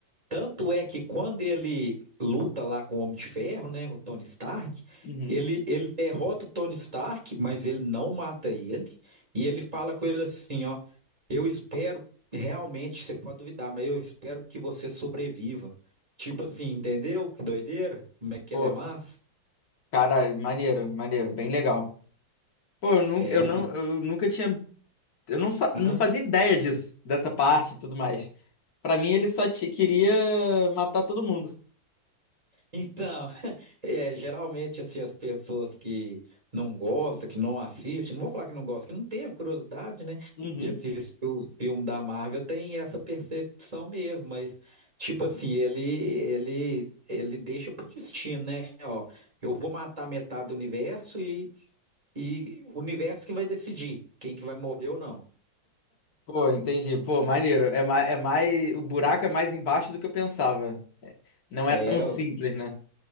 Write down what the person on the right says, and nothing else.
Tanto é que quando ele luta lá com o Homem de Ferro, né, o Tony Stark,
ele, ele derrota o Tony Stark, mas ele não mata ele. E ele fala com ele assim, ó, eu espero realmente, você pode duvidar, mas eu espero que você sobreviva. Tipo assim, entendeu? Que doideira? Como é que
ele é massa?
É
um
vídeo.
Então, <laughs> é, geralmente assim, as pessoas que não gostam, que não assistem, não vou falar que não gostam, que não teve curiosidade, né,
de assistir o filme da Marvel, tem essa percepção mesmo, mas tipo assim, ele ele ele deixa pro destino, né? Ó, eu vou matar metade do universo e e o universo que vai decidir quem que vai morrer ou não.
É,